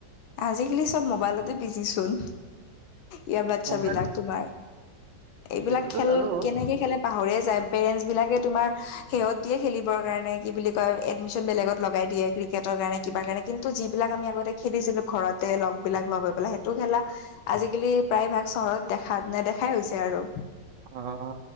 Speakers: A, on the left; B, on the right.
A: আজিকালি চব মোবাইলতে বিজি চোন। ইয়াৰ বাচ্ছ
B: মোবাইলত
A: বিলাক তোমাৰ। এইবিলাক
B: এইটোতো
A: খেল
B: জানো
A: কেনেকে খেলে পাহৰীয়ে যায়, পেৰেন্ছ বিলাকে তুমাৰ হিহঁতিয়ে দিয়ে খেলিবৰ কাৰণে কি বুলি কয় এডমিশন বেলেগত লগাই দিয়ে। ক্ৰিকেটৰ কাৰণে কিবা কাৰণে কিন্তু যিবিলাক আমি আগতে খেলিছিলো ঘৰতে লগবিলাক লগ হৈ পেলাই সেইটো খেলা। আজিকালি প্ৰায়ভাগ চহৰত দেখা নেদেখাই হৈছে আৰু।
B: অ অ